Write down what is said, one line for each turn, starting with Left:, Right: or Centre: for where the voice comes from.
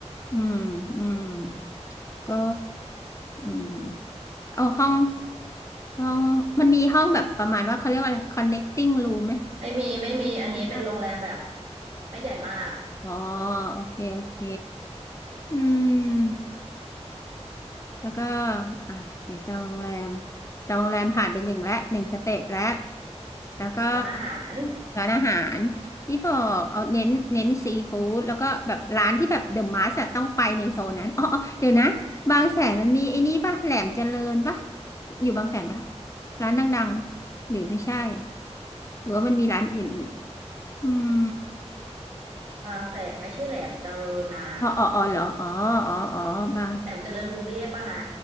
Left: อืมอืมก็อืม เอาห้องห้องมันมีห้องแบบประมาณว่าเขาเรียกว่าอะไร connecting room ไหม
Right: ไม่มีไม่มีอันนี้เป็นโรงแรมแบบ
Left: ไมมีค่ะ
Right: ไม่ใหญ่มาก
Left: อ๋อโอเคโอเคอืมแล้วก็อ่ะเดี๋ยวจองโรงแรมจองโรงแรมผ่านไปหนึ่งและหนึ่งสเต็ปแล้วแล้วก็
Right: ร้านอาหาร
Left: ร้านอาหารที่บอกเอาเน้นเน้นซีฟู้ดแล้วก็แบบร้านที่แบบเดอะมาสต้องไปในโซนนั้นอ๋ออ๋อเดี๋ยวนะบางแสนมันมีไอ้นี่ป่ะแหลมเจริญป่ะอยู่บางแสนป่ะร้านดังๆหรือไม่ใช่ หรือว่ามันมีร้านอื่นอีกอืม
Right: บางแสนไม่ใช่แหลมเจริญนะ
Left: อ๋ออ๋ออ๋อเหรออ๋ออ๋ออ๋อบาง
Right: แหลมเจริญกรุงเทพป่ะนะ